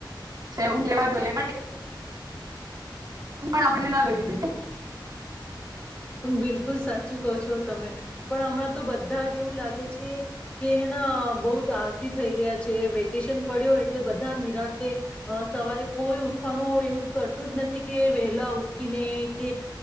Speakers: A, on the right; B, on the left.
A: છે, ઊંઘ લેવા જોઈએ. આપણને ન લેવી જોઈએ. <unintelligible>
B: બિલકુલ સાચું કહો છો તમે, પણ હમણાં તો બધા જ એવું લાગે છે કે હેના બહુ જ આલસી થઈ ગયા છે વેકેશન પડ્યો એટલે બધા નિરાતે સવારે, કોઈ ઉઠવાનું એવું કરતું જ નથી કે વહેલા ઉઠીને કે,